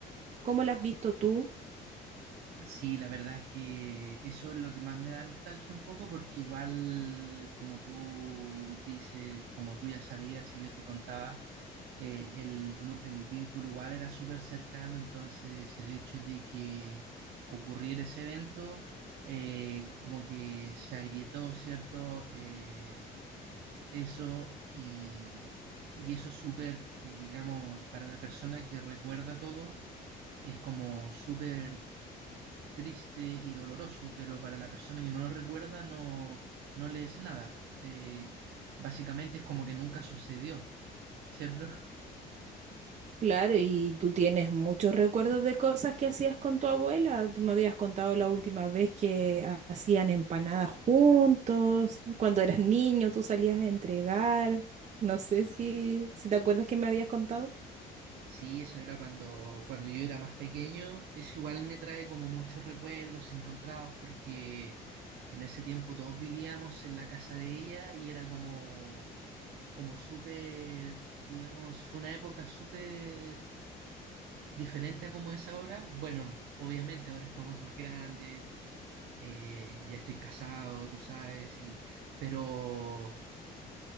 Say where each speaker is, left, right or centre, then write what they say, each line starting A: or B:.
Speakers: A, on the right (about 45°); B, on the right (about 75°).
A: ¿Cómo las has visto tú?
B: Sí, la verdad es que eso es lo que más me da nostalgia un poco porque igual, como tú dices, como tú ya sabías y yo te contaba, eh, el, nu- el vínculo igual era súper cercano, entonces el hecho de que ocurriera ese evento, eh, como que se agrietó, ¿cierto? Eh, eso y, y eso es súper, eh, digamos, para la persona que recuerda todo es como súper triste y doloroso, pero para la persona que no lo recuerda no, no le es nada. Eh, básicamente es como que nunca sucedió, ¿cierto?
A: Claro, y tú tienes muchos recuerdos de cosas que hacías con tu abuela. Tú me habías contado la última vez que ha- hacían empanadas juntos, cuando eras niño tú salías a entregar. No sé si, si te acuerdas que me habías contado.
B: Sí, eso era cuando, cuando yo era más pequeño. Eso igual me trae como muchos recuerdos encontrados porque en ese tiempo todos vivíamos en la casa de ella y era como, como súper, digamos, fue una época súper diferente a como es ahora. Bueno, obviamente ahora estamos más grandes, eh, ya estoy casado, tú sabes, y, pero,